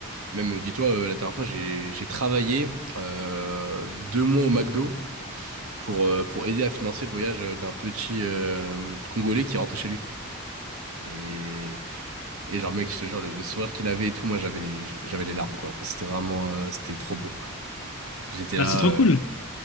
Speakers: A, on the right; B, on the left.
A: Même, euh, dis-toi, euh, la dernière fois, j'ai j'ai travaillé euh, deux mois au McDo pour, euh, pour aider à financer le voyage euh, d'un petit euh, Congolais qui rentrait chez lui. Et, et genre, mec, je te jure, le, le sourire qu'il avait et tout, moi, j'avais les, j'avais les larmes, quoi. Enfin, c'était vraiment, euh, c'était trop beau. J'étais
B: Bah,
A: là...
B: c'est trop
A: euh,
B: cool.